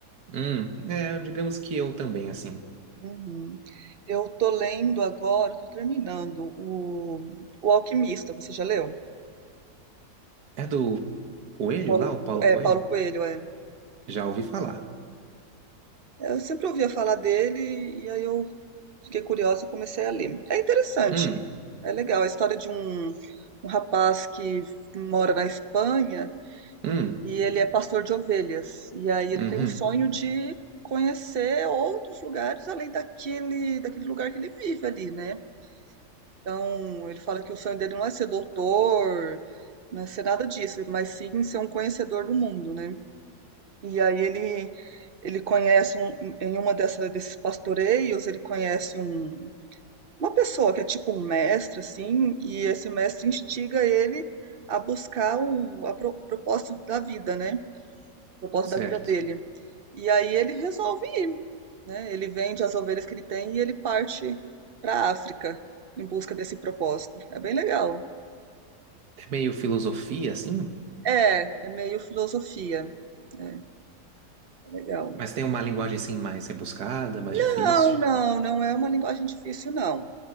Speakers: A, on the right (about 80°); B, on the right (about 45°).
A: Hum, é, digamos que eu também, assim.
B: Uhum. Eu estou lendo agora, estou terminando o, o Alquimista, você já leu?
A: É do Coelho
B: Paulo,
A: lá, o Paulo
B: é,
A: Coelho?
B: Paulo Coelho, é.
A: Já ouvi falar.
B: Eu sempre ouvia falar dele e aí eu fiquei curiosa e comecei a ler. É interessante,
A: Hum,
B: é legal. É a história de um, um rapaz que mora na Espanha
A: hum,
B: E ele é pastor de ovelhas. E aí ele
A: uhum,
B: tem um sonho de conhecer outros lugares além daquele, daquele lugar que ele vive ali, né? Então, ele fala que o sonho dele não é ser doutor, não é ser nada disso, mas sim ser um conhecedor do mundo, né? E aí ele ele conhece um, em uma dessa, desses pastoreios, ele conhece um, uma pessoa que é tipo um mestre, assim, e esse mestre instiga ele a buscar o, a pro- o propósito da vida, né? O propósito
A: certo.
B: da vida dele. E aí ele resolve ir, né? Ele vende as ovelhas que ele tem e ele parte para a África em busca desse propósito. É bem legal.
A: É meio filosofia, assim?
B: É, é meio filosofia. É, legal.
A: Mas tem uma linguagem assim mais rebuscada, mais
B: Não,
A: difícil.
B: não, não é uma linguagem difícil, não.